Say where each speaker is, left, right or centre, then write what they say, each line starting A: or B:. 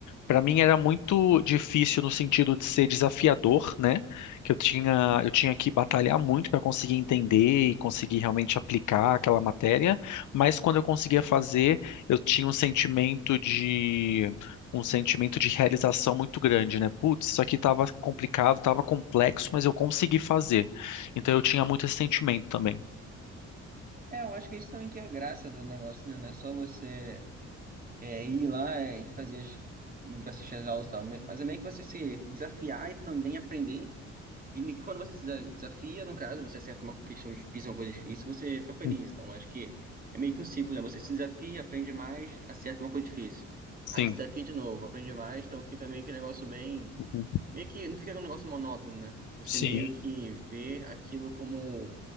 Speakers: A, on the left; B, on the right.
A: para mim era muito difícil no sentido de ser desafiador, né? Que eu tinha, eu tinha que batalhar muito para conseguir entender e conseguir realmente aplicar aquela matéria, mas quando eu conseguia fazer, eu tinha um sentimento de um sentimento de realização muito grande, né? Putz, isso aqui estava complicado, estava complexo, mas eu consegui fazer. Então eu tinha muito esse sentimento também.
B: É, eu acho que isso também que é a graça do negócio, né? Não é só você é, ir lá é, e fazer as, e assistir as aulas e tal, mas é meio que você se desafiar e também aprender E ni- quando você se desa- desafia, no caso, você acerta uma questão difícil, uma coisa difícil, você fica feliz.
A: Hum.
B: Então, acho que é meio que um ciclo, né? Você se desafia, aprende mais, acerta uma coisa difícil.
A: Sim.
B: Aí se desafia de novo, aprende mais, então fica meio que um negócio bem.
A: Uhum.
B: Meio que não fica um negócio monótono, né? Você
A: Sim,
B: meio que vê aquilo como